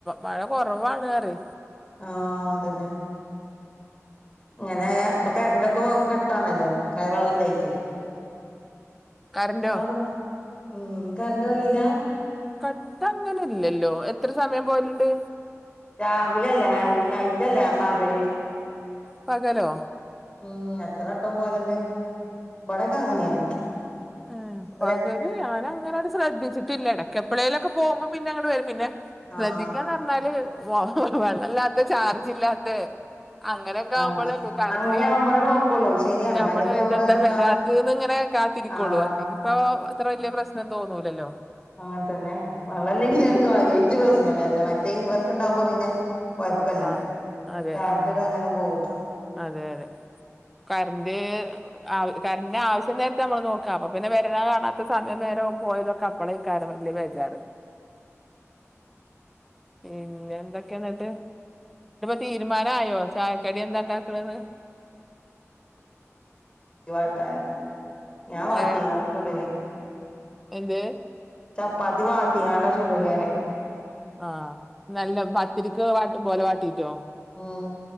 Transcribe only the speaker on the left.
ആഹ അതന്നെ ഇങ്ങനെ ഇപ്പൊ കരണ്ടൊക്കെ കട്ടാണല്ലോ ക വെള്ളം ലേയ്റ്റ്
ഇങ്ങളെ ടം മ്മ് കറണ്ട് വന്നീല
രാവില അല്ല <unintelligible> നൈറ്റ്ല്ല പാകല്
ഉം എത്രാട്ടം പോലണ്ട്. ഇവിടൊക്കെ അങ്ങനെയാണ്
ഉ <unintelligible>
ആഹ്
ആഹ്
അങ്ങനെ ആവുമ്പോളേ നോക്കുള്ളൂ ശരിയാണ്
അല്ലെങ്കി നമ്മള്
എത്താ
ആഹ്
അങ്ങനെ തന്നെണ് വള്ളല്ലെങ്കനെയാണ്
കാര്യയി്റ്റ് പ്രശ്നം വല്ല മറ്റേ ഇൻവെർട്ട ഉണ്ടാകുമ്പോ പിന്നെ കൊഴപ്പല്ല.
ചാർജൊക്കെ
അങ്ങനെ പോകും.
വാട്ടാന് ഞാൻ വാട്ടിങ്ങാണ്ടാ
ചുടല്
ചപ്പാത്തി വാട്ടിയാണ് ചൂടും ഞാന്
ഉം